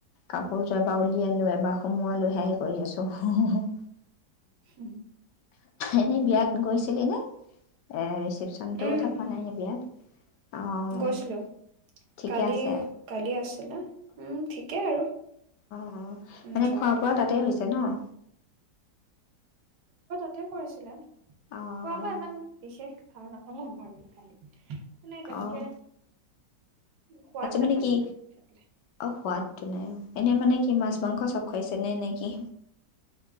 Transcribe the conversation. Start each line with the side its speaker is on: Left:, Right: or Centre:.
Left: কাপোৰযোৰ এবাৰ উলিয়ালোঁ এবাৰ সোমোৱালো সেইয়াই কৰি আছোঁ।
Right: উম।
Left: এনেই বিয়াত গৈছিলি নে এ <unintelligible> টোৰকথা
Right: উম
Left: কোৱা
Right: উম
Left: নাই নে বিয়াত? অঁ
Right: গৈছিলো
Left: ঠিকে
Right: কালি,
Left: আছে
Right: কালি আছিলা উম, ঠিকে আৰু।
Left: অ',
Right: উম
Left: মানে
Right: যোৱাকালি
Left: খোৱা-বোৱা
Right: হৈ
Left: তাতে
Right: গ'ল
Left: হৈছে ন'?
Right: ততে কৰিছিলে। খোৱা-বোৱা
Left: অঁ অঁ
Right: ইমান বিশেষ <unintelligible> কুনাই তেনেকে
Left: অঁ
Right: সোৱাদ
Left: আচ্ছা
Right: নাপালো
Left: মানে কি
Right: খাই পেলাই
Left: অ', সোৱাদটো নাই। এনেই মানে কি মাছ'মাংস চব খাইছে নে নেকি।